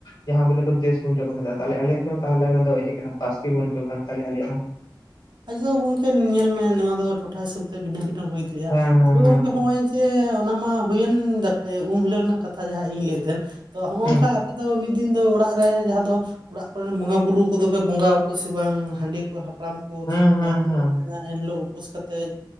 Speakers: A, on the left; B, on the right.
A: ᱡᱟᱦᱟᱸ ᱵᱚᱞᱮ ᱠᱚ ᱫᱮᱥ ᱠᱷᱩᱱᱴᱟᱹᱣ ᱠᱚ ᱢᱮᱛᱟᱜ-ᱟ ᱛᱟᱦᱚᱞᱮ ᱟᱞᱮᱭᱟᱜ ᱫᱚ ᱛᱟᱦᱚᱞᱮ ᱚᱱᱟ ᱫᱚ ᱤᱭᱟᱹ ᱠᱟᱱᱟ ᱵᱟᱥᱠᱮ ᱠᱷᱩᱱᱴᱟᱹ ᱠᱟᱱ ᱛᱟᱞᱮᱭᱟ ᱟᱞᱮᱭᱟᱜ ᱢᱟ
B: ᱟᱡᱚ ᱜᱚᱝᱠᱮ ᱧᱮᱞ ᱢᱮ ᱱᱚᱣᱟ ᱫᱚ ᱴᱚᱴᱷᱟ ᱦᱤᱥᱟᱹᱵ ᱛᱮ ᱵᱷᱤᱱᱟᱹ ᱵᱷᱤᱱᱟᱹ ᱦᱩᱭ ᱫᱟᱲᱮᱭᱟᱜᱼᱟ
A: ᱦᱮᱸ ᱦᱮᱸ
B: ᱛᱚᱵᱮ
A: ᱦᱮᱸ
B: ᱜᱚᱝᱠᱮ ᱦᱚᱜ-ᱚᱭ ᱡᱮ ᱚᱱᱟ ᱢᱟ ᱦᱩᱭᱮᱱ ᱫᱟᱠ ᱩᱢ ᱦᱤᱞᱳᱜ ᱨᱮᱱᱟᱜ ᱠᱟᱛᱷᱟ ᱡᱟᱦᱟᱸ ᱤᱧ ᱞᱟᱹᱭᱮᱫ ᱛᱟᱦᱮᱸᱱ ᱛᱚ ᱱᱚᱜ ᱱᱚᱝᱠᱟ
A: ᱦᱮᱸ
B: ᱟᱫᱚ ᱢᱤᱫ ᱫᱤᱱ ᱫᱚ ᱚᱲᱟᱜ ᱨᱮ ᱡᱟᱦᱟᱸ ᱫᱚ ᱚᱲᱟᱜ ᱠᱚᱨᱮᱱ ᱵᱚᱸᱜᱟ ᱵᱩᱨᱩ ᱠᱚᱫᱚ ᱯᱮ ᱵᱚᱸᱜᱟᱚᱣᱟᱠᱚ ᱥᱮ ᱵᱟᱝ ᱦᱟᱺᱰᱤ ᱠᱚ ᱦᱟᱯᱲᱟᱢ ᱠᱚ ᱠᱚ
A: ᱦᱮᱸ ᱦᱮᱸ
B: ᱡᱟᱦᱟᱸ ᱛᱤᱱᱟᱹᱜ
A: ᱦᱮᱸ ᱦᱮᱸ
B: ᱠᱚ ᱛᱟᱦᱮᱸᱱᱟ ᱮᱱᱦᱤᱞᱳᱜ ᱩᱯᱟᱹᱥ ᱠᱟᱛᱮᱫ